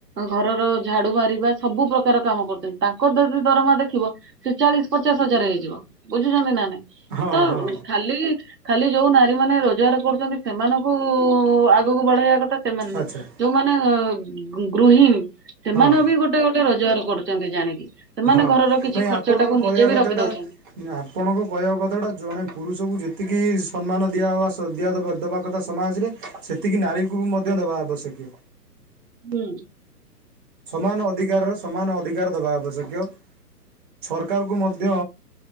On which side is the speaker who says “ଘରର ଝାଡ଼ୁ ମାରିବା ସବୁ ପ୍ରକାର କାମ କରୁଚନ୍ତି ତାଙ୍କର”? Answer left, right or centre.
Right